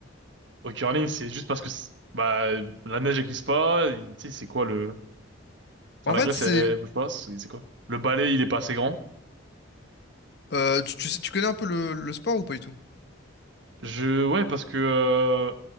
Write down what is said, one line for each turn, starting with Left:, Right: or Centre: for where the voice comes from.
Right: au curling? C'est juste parce que c'est- bah la neige elle glisse pas. il- Tu sais c'est quoi le... Enfin
Left: en
Right: la
Left: fait,
Right: glace
Left: c'est.
Right: elle, elle bouge pas. C'est c'est quoi? Le balai il est pas assez grand.
Left: euh, tu, tu sais, tu connais un peu le, le sport ou pas du tout?
Right: Je ouais parce que euh,